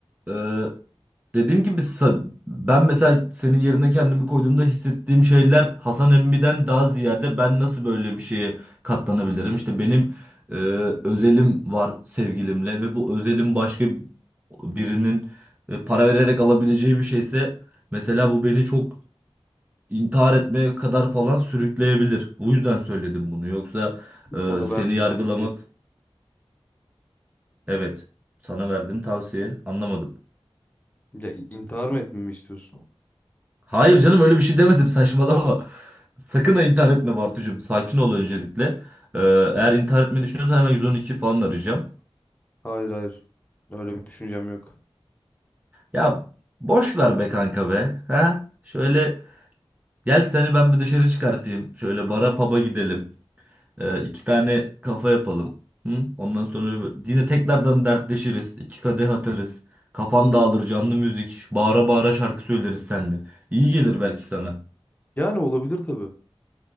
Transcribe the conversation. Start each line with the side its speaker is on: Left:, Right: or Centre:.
Right: e, Dediğim gibi sa- ben mesela senin yerine kendimi koyduğumda hissettiğim şeyler Hasan Emmi'den daha ziyade ben nasıl böyle bir şeye katlanabilirim? İşte benim e, özelim var sevgilimle ve bu özelim başka birinin e, para vererek alabileceği bir şeyse mesela bu beni çok intihar etmeye kadar falan sürükleyebilir. Bu yüzden söyledim bunu. Yoksa e,
Left: Bana
Right: seni
Left: verdiğin
Right: yargılamak
Left: tavsiye.
Right: evet sana verdiğim tavsiye anlamadım.
Left: Ya in- intihar mı etmemi istiyorsun?
Right: Hayır canım öyle bir şey demedim <laughs> saçmalama. Sakın ha intihar etme Bartucuğum. Sakin ol öncelikle. Ee, eğer intihar etmeyi düşünüyorsan hemen 112 falan arayacağım.
Left: Hayır hayır. Öyle bir düşüncem yok.
Right: Ya boş ver be kanka be. Ha? Şöyle gel seni ben bir dışarı çıkartayım. Şöyle bara paba gidelim. Ee, iki tane kafa yapalım. Hı? Ondan sonra bir- yine tekrardan dertleşiriz. İki kadeh atarız. Kafan dağılır canlı müzik. Bağıra bağıra şarkı söyleriz seninle. İyi gelir belki sana.
Left: Yani olabilir tabii.